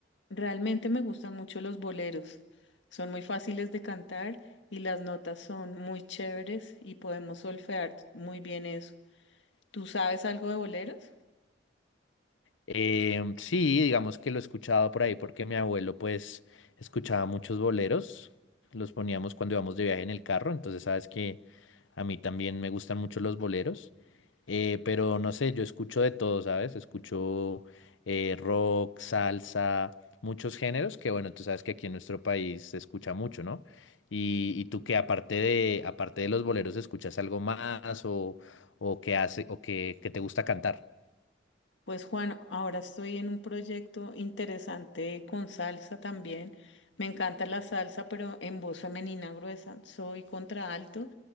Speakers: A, on the left; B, on the left.
A: Realmente me gustan mucho los boleros. Son muy fáciles de cantar y las notas son muy chéveres y podemos solfear muy bien eso. ¿Tú sabes algo de boleros?
B: Em, sí, digamos que lo he escuchado por ahí porque mi abuelo pues escuchaba muchos boleros, los poníamos cuando íbamos de viaje en el carro, entonces sabes que a mí también me gustan mucho los boleros, eh, pero no sé, yo escucho de todo, ¿sabes? Escucho eh, rock, salsa, muchos géneros que bueno, tú sabes que aquí en nuestro país se escucha mucho, ¿no? Y, y tú que aparte de, aparte de los boleros, ¿escuchas algo más o, o qué hace o qué, qué te gusta cantar?
A: Pues Juan, ahora estoy en un proyecto interesante con salsa también. Me encanta la salsa, pero en voz femenina gruesa. Soy contraalto